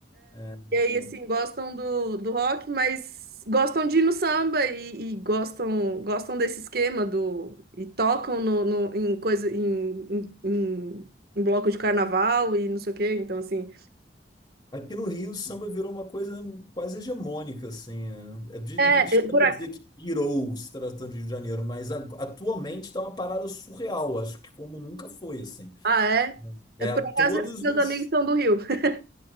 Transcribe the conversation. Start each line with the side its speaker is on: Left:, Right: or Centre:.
Left: É,
Right: E aí,
Left: né?
Right: assim, gostam do, do rock, mas gostam de ir no samba e, e gostam, gostam desse esquema do, e tocam no, no- em coisa, em, em, em- em bloco de carnaval e não sei o quê. Então, assim.
Left: aqui no Rio, o samba virou uma coisa quase hegemônica, assim. né? É de-
Right: É,
Left: estranho
Right: é, por acaso.
Left: dizer que virou se tratando de Rio de Janeiro, mas a- atualmente está uma parada surreal, acho que como nunca foi, assim.
Right: Ah, é? É,
Left: É,
Right: Por
Left: todos
Right: acaso, esses meus
Left: os
Right: amigos são do Rio. <laughs>